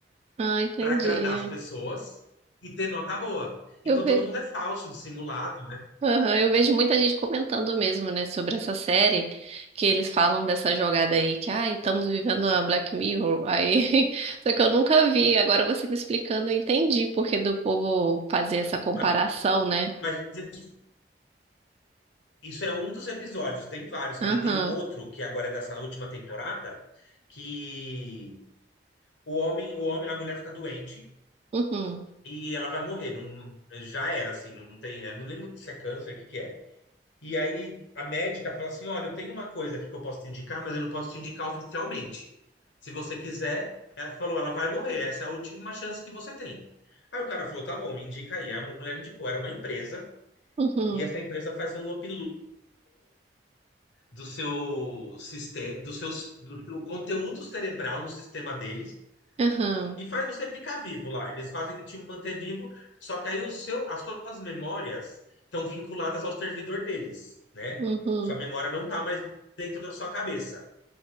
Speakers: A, on the right; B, on the left.
A: Ah, entendi.
B: para agradar as pessoas e ter nota boa.
A: Eu
B: Então
A: ve...
B: todo mundo é falso, dissimulado, né?
A: Aham, eu vejo muita gente comentando mesmo, né, sobre essa série, que eles falam dessa jogada aí, que, ai, estamos vivendo a Black Mirror, aí, <laughs> só que eu nunca vi, agora você me explicando, eu entendi porque do povo fazer essa comparação,
B: Ma-
A: né?
B: Mas, isso, isso é um dos episódios, tem vários,
A: Aham,
B: que nem tem um outro, que agora é dessa última temporada, que o homem, o homem, a mulher fica doente
A: uhum,
B: e ela vai morrer. Não, já era, assim, não tem. Eu não lembro se é câncer, o que que é. E aí a médica fala assim: olha, eu tenho uma coisa aqui que eu posso te indicar, mas eu não posso te indicar oficialmente. Se você quiser, ela falou, ela vai morrer, essa é a última chance que você tem. Aí o cara falou: tá bom, me indica aí. Aí A mulher indicou, era uma empresa,
A: uhum,
B: e essa empresa faz um upload do seu sistema, do seu, do seu conteúdo cerebral no sistema deles
A: aham,
B: e faz você ficar vivo lá. Eles fazem te manter vivo, só que aí o seu, as suas memórias estão vinculadas ao servidor deles, né?
A: uhum,
B: Sua memória não tá mais dentro da sua cabeça.